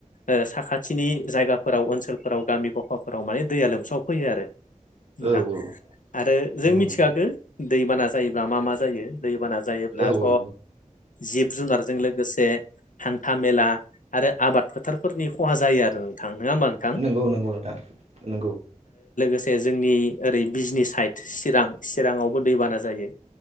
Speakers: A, on the left; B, on the right.
A: ओ साखाथिनि जायगाफोराव ओनसोलफोराव गामि गफाफोराव माने दैया लोमसाव फै आरो नोंथां
B: औ औ
A: आरो जों
B: नंगौ
A: मिथिखागो
B: नोंथां
A: दैबाना जायोब्ला मा मा जायो दैबाना जायोब्लाथ
B: औ औ नंगौ
A: जिब जुनारजों लोगोसे हान्था मेला आरो आबाद फोथारफोरनि खहा जायो आरो नोंथां नङा होमबा नोंथां
B: नंगौ नंगौ नोंथां नंगौ
A: माखासे जोंनि ओरै बिजनि साइड चिरां चिराङावबो दैबाना जायो